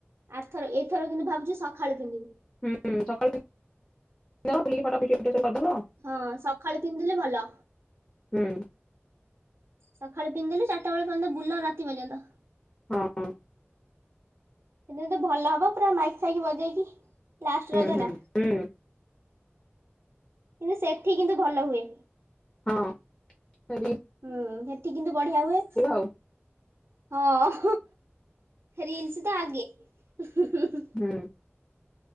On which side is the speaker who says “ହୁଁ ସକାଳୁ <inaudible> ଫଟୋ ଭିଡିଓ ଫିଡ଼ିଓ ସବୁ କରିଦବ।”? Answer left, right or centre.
Left